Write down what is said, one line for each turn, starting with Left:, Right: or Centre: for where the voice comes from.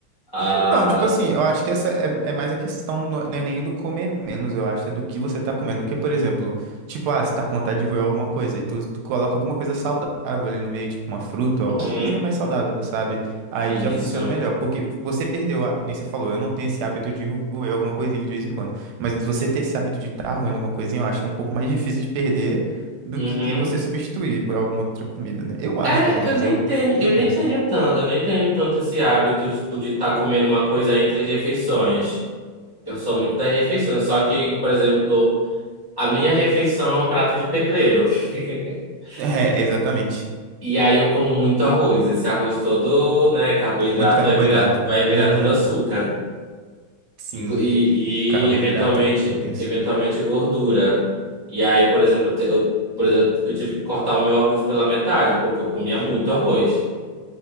Left: Ah,
Right: Então, tipo assim, eu acho que essa é, é mais a questão, não é, não é nem do comer menos, eu acho, é do que você tá comendo. Porque, por exemplo, tipo, ah, você tá com vontade de roer alguma coisa, e tu, tu coloca alguma coisa saudável ali no meio, tipo uma fruta, ou
Left: uhum,
Right: alguma coisinha mais saudável, sabe? Aí
Left: isso.
Right: já funciona melhor. Porque você perdeu o hábito, que nem você falou, eu não tenho esse hábito de roer alguma coisinha de vez em quando. Mas você ter esse hábito de estar tá roendo alguma coisinha, eu acho que é um pouco mais difícil de perder do
Left: Uhum.
Right: que você substituir por alguma outra comida, né? Eu
Left: É,
Right: acho, pelo menos,
Left: eu nem
Right: é o
Left: tenho,
Right: o que
Left: eu
Right: eu
Left: nem
Right: penso.
Left: tenho tanto, eu nem tenho tanto esse hábito, tipo, de estar comendo uma coisa entre as refeições. Eu sou muito das refeições, só que, por exemplo, a minha refeição é um prato de pedreiro. <laughs>
Right: <laughs> É, exatamente.
Left: E aí eu como muito arroz. Esse arroz todo, né, carboidrato
Right: Muito carboidrato.
Left: vai virar, vai virar
Right: Uhum.
Left: todo açúcar.
Right: Sim,
Left: E, go- e,
Right: carboidrato
Left: e, eventualmente,
Right: é é tenso.
Left: eventualmente gordura. E aí, por exemplo, eu, te- eu- por exemplo, eu tive que cortar o meu arroz pela metade, porque eu comia muito arroz.